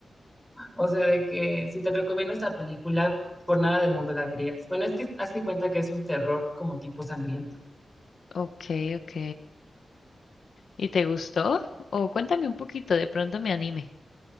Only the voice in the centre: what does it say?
O sea, de que si te recomiendo esta película, por nada del mundo la verías. Bueno, es que hazte cuenta que es un terror como tipo sangriento.